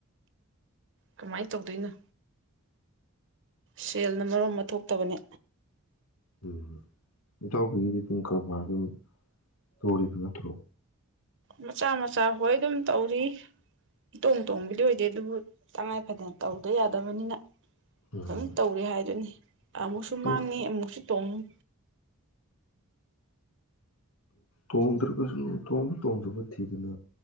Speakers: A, on the right (about 60°); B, on the left (about 75°).
A: ꯀꯃꯥꯏꯅ ꯇꯧꯗꯣꯏꯅꯣ ꯁꯦꯜꯅ ꯃꯔꯣ ꯑꯃ ꯊꯣꯛꯇꯕꯅꯦ
B: ꯎꯝ ꯏꯇꯥꯎꯕꯤꯒꯤꯗꯤ ꯑꯗꯨꯝ ꯀꯔꯕꯥꯔ ꯑꯗꯨꯝ ꯇꯧꯔꯤꯕ ꯅꯠꯇ꯭ꯔꯣ
A: ꯃꯆꯥ ꯃꯆꯥ ꯍꯣꯏ ꯑꯗꯨꯝ ꯇꯧꯔꯤ ꯏꯇꯣꯡ ꯇꯣꯡꯕꯗꯤ ꯑꯣꯏꯗꯦ ꯑꯗꯨꯕꯨ ꯇꯉꯥꯏ ꯐꯗꯅ ꯇꯧꯗ ꯌꯥꯗꯕꯅꯤꯅ
B: ꯎꯝ
A: ꯑꯗꯨꯝ ꯇꯧꯔꯤꯦ ꯍꯥꯏꯗꯨꯅꯤ ꯑꯃꯨꯛꯁꯨ
B: ꯇꯣ
A: ꯃꯥꯡꯉꯤ ꯑꯃꯨꯛꯁꯨ ꯇꯨꯡꯨꯡ
B: ꯇꯣꯡꯗ꯭ꯔꯒꯁꯨ ꯇꯣꯡꯕ ꯇꯣꯡꯗꯕ ꯊꯤꯗꯅ